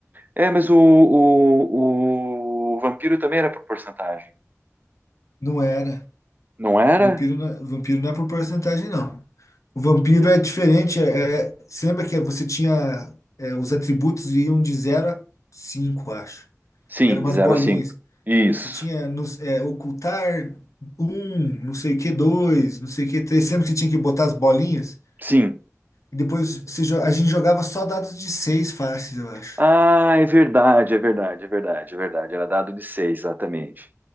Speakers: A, on the right; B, on the left.
A: É, mas o, o, o Vampiro também era por porcentagem.
B: Não era.
A: Não era?
B: Vampiro não é, vampiro não é por porcentagem, não. O vampiro é diferente. É, é- você lembra que você tinha. é, os atributos iam de zero a 5, acho.
A: Sim,
B: Eram umas
A: de zero
B: bolinhas.
A: a 5. Isso.
B: Você tinha nos- é, ocultar um, não sei o que, 2, não sei o que, 3. Lembra que você tinha que botar as bolinhas?
A: Sim.
B: E depois você jo- a gente jogava só dados de 6 faces, eu acho.
A: Ah, é verdade, é verdade, é verdade, é verdade. Era dado de 6, exatamente.